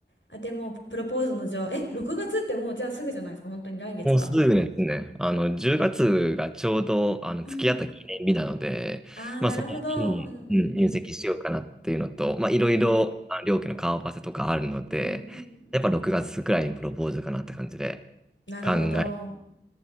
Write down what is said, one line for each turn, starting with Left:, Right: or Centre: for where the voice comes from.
Left: あ、でも、プロポーズのじゃあ、え、6月ってもうじゃあすぐじゃないですか、本当に来月だ。
Centre: もうすぐですね。あの、10月がつがちょうど、あの、
Left: うん。
Centre: 付き合った記念日なので、
Left: あー、
Centre: まあ、
Left: なるほど。
Centre: その日に、
Left: うんうんうん。
Centre: うん、入籍しようかなっていうのと、まあ、いろいろ、
Left: うん
Centre: あ両家の顔合わせとかあるので、
Left: うんうん。
Centre: やっぱ6月くらいにプロポーズかなって感じで
Left: なるほど。
Centre: 考え。